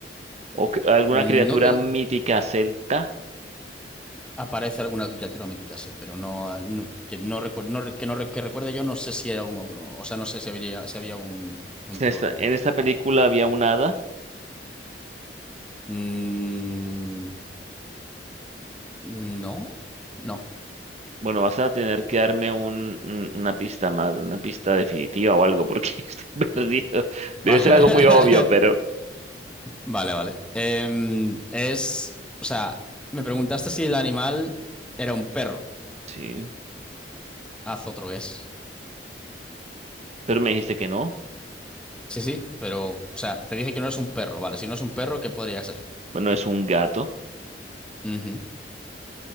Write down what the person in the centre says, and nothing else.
no
que
aparece alguna criatura mítica, sí, pero no, no- que no recuerdo, no, re- que no re- que recuerde yo, no sé si era un ogro, o sea, no sé si habría, si había un, un
troll
o
algo
así,
no sé.
Mm, no, no.
Va-
<laughs> Vale, vale. Em, es, o sea, me preguntaste si el animal era un perro.
Haz otro guess.
Sí, sí, pero, o sea, te dije que no es un perro, vale. Si no es un perro, ¿qué podría ser?
Ujú.